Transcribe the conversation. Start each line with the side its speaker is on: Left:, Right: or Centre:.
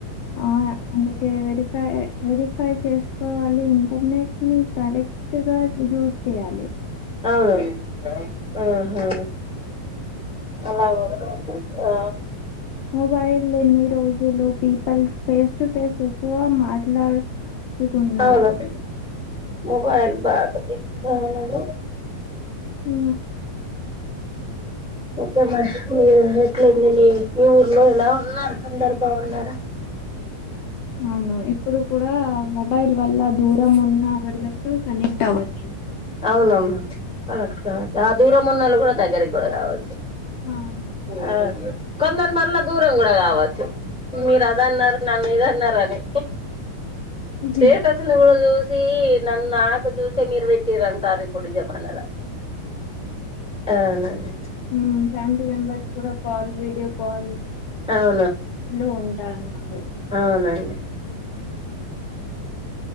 Left: ఆ అందుకే వెరిఫై వెరిఫై చేసు కోవాలి ఇంటర్నెట్ ని కరెక్ట్ గా యూస్ చేయాలి
Centre: అవును ఉహు అలాగూడా ఆ
Left: మొబైల్న్ని రోజులు పీపుల్ ఫేస్ టు ఫేస్ ఎక్కువ మా ట్లాకుతున్నారు
Centre: అవును మొబైల్ బాగా <unintelligible> నండి
Left: ఉ
Centre: ఓకే మరి మీరు ఎట్లంది మీ మీ ఊర్లో ఎలా ఉన్నారు అందర్ బాగున్నారా
Left: అవును ఎప్పుడు కూడా మొబైల్ వల్ల దూరం ఉన్న వళ్లతో కనెక్ట్ అవ్వచ్చు
Centre: అవునమ్మా కరెక్ట్ కావచ్చు ఆ దూరం ఉన్నళ్ళు కూడా దగ్గరికి గూడా గావచ్చు
Left: అవును.
Centre: ఆ కొందరు మళ్ళ దూరం గూడా గావచ్చు మీరు అది అన్నారు నన్ను ఇదన్నరాని
Left: అవును.
Centre: స్టేటస్న్ గూడా చూసి నన్న నాకు చూసే మీరు పెట్టటిరంటార ఇప్పడి జమానల అవునండి
Left: హ్మ్ ఫ్యామిలీ మెంబర్స్ కూడా కాల్ వీడియో కాల్లు
Centre: అవును
Left: లో ఉంటా అన్నారు
Centre: అవునండి